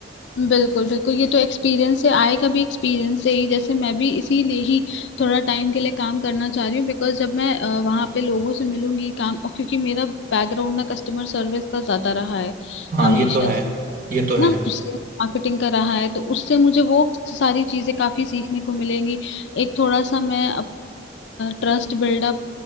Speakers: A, on the left; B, on the right.
A: बिल्कुल बिल्कुल ये तो एक्सपीरियंस से आएगा भी एक्सपीरियंस से ही जैसे मैं भी इसीलिए ही थोड़ा टाइम के लिए काम करना चाह रही हूँ बिकॉज जब मैं अ, वहाँ पे लोगों से मिलूंगी काम और क्योंकि मेरा बैकग्राउंड ना कस्टमर सर्विस का ज्यादा रहा है
B: हाँ
A: हमेशा
B: ये तो है
A: से
B: ये तो है
A: ना तो सेल्स मार्केटिंग का रहा है तो उससे मुझे वो सारी चीजें काफी सीखने को मिलेंगी एक थोड़ा सा मैं ट्रस्ट बिल्डअप